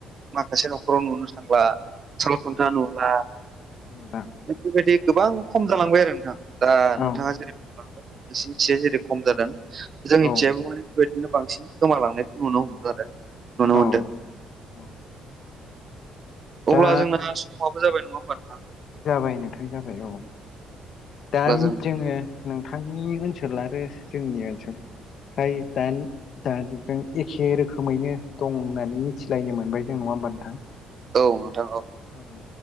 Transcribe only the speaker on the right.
माखासे न'खराव नुनो थांला। सालखुन्था नुला।
बेफोरबायदि गोबां खम जालांबाय आरो नोंथां दा
नोंथाङा जेरै <inaudible> नोंसिनिखिजा जेरै खम जादों जोंनिथिजायबो
माने बेबायदिनो बांसिन गोमालांनायखौ नुनो हमदों आरो। नुनो
मोनदों।
अब्ला जोंना समाबो जाबाय नङा होमबा नोंथां?
अब्ला
जों
औ नोंथां औ।